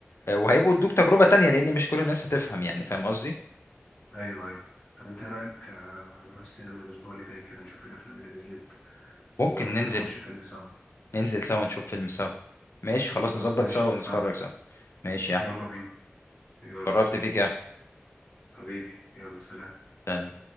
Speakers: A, on the left (about 65°); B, on the left (about 30°).
A: آه، وهيبقوا ادوك تجربه تانية لان مش كل الناس هتفهم يعني فاهم قصدي
B: ايوه ايوه طب انت ايه رايك آه، نروح السينما الاسبوع اللي جاي كده نشوف الافلام اللي نزلت
A: ممكن
B: ولو كده
A: ننزل
B: نخش فيلم سوا
A: ننزل سوا نشوف فيلم سوا ماشي خلاص
B: خلاص
A: نظبط
B: ماشي
A: سوا ونتفرج
B: اتفقنا
A: سوا ماشي يا أحمد.
B: يلا بينا يلا
A: اتشرفت فيك يا أحمد.
B: حبيبي يلا سلام
A: سلام.